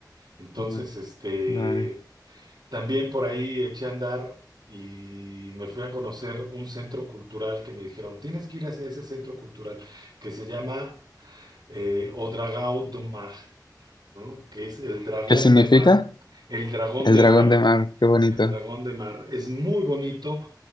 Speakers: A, on the right (about 85°); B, on the left (about 85°).
A: Entonces,
B: Ujú.
A: este,
B: Vale.
A: también por ahí eché a andar y me fui a conocer un centro cultural que me dijeron, tienes que ir a ese ese centro cultural que se llama eh, O Dragão do Mar, ¿no? Que es el dragón
B: ¿Qué significa?
A: de mar, el dragón
B: El
A: de
B: dragón
A: mar,
B: de mar, qué bonito.
A: el dragón de mar. Es muy bonito